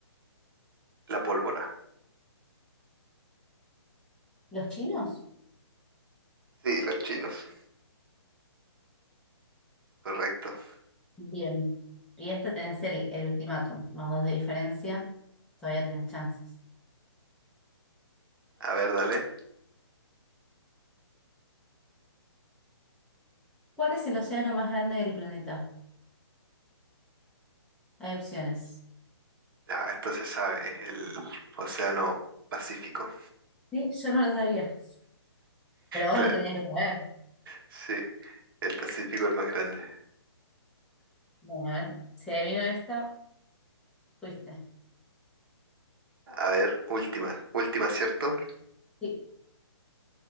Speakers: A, on the right; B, in the centre.
A: la pólvora?
B: ¿Los chinos?
A: Sí, los chinos. Correcto.
B: Bien. Y este tenés el, el ultimátum, más dos de diferencia. Todavía tenés chances.
A: A ver, dale.
B: ¿Cuál es el océano más grande del planeta? Hay opciones.
A: Ah, entonces sabes, el Océano Pacífico.
B: Sí, yo no lo sabía. Pero vos
A: Claro,
B: lo tenías que saber.
A: sí, el Pacífico el más grande.
B: Bueno, a ver. Si adivino esta, fuiste.
A: A ver, última, última, ¿cierto?
B: Sí,